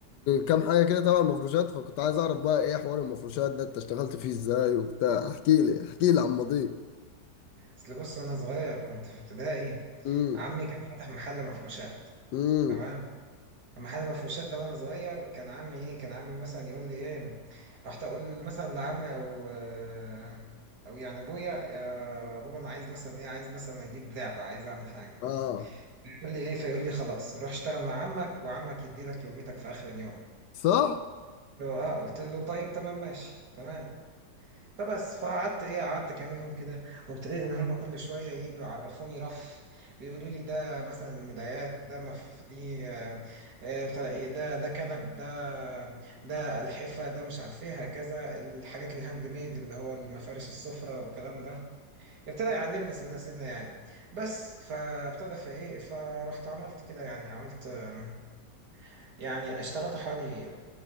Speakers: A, on the left; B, on the right.
A: كام حاجه كده تبع المفروشات فكنت عايز اعرف بقى ايه حوار المفروشات ده انت اشتغلت فيه ازاي وبتاع احكي لي احكي لي عن ماضيك
B: اصل بص انا صغير كنت في ابتدائي
A: امم
B: عمي كان فاتح محل مفروشات
A: امم
B: تمام محل مفروشات ده وانا صغير كان عمي ايه كان عمي مثلا يقول لي ايه رحت اقول مثلا لعمي او آه، او يعني ابويا يا بابا انا عايز مثلا ايه عايز مثلا اجيب لعبه عايز اعمل حاجه
A: اه
B: يقول لي ايه فيقول لي خلاص روح اشتغل مع عمك وعمك يدي لك يوميتك في اخر اليوم
A: صح
B: قلت له اه قلت له طيب تمام ماشي تمام فبس فقعدت ايه قعدت كام يوم كده وابتديت ان هم كل شويه يجوا يعرفوني رف ويقولوا لي ده مثلا ملايات ده مف دي آه، آه، بتاع ايه ده ده كنب ده ده الحفه ده مش عارف ايه هكذا الحاجات الهاند ميد اللي هو المفارش السفره والكلام ده ابتدى يعلمني سنه سنه يعني بس فابتدى فايه فرحت عملت كده يعني عملت آه، يعني اشتغلت حوالي